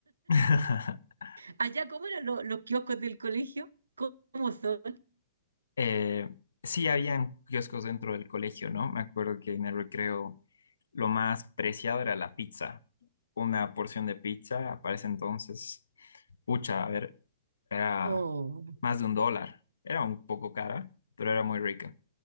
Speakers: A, on the left; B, on the right.
A: <laughs>
B: Allá, ¿cómo eran lo- los kioscos del colegio? ¿Cómo son?
A: Eh, sí, habían kioscos dentro del colegio, ¿no? Me acuerdo que en el recreo lo más preciado era la pizza. Una porción de pizza, para ese entonces, Pucha, a ver, era
B: Oh.
A: más de un dólar. Era un poco cara, pero era muy rica.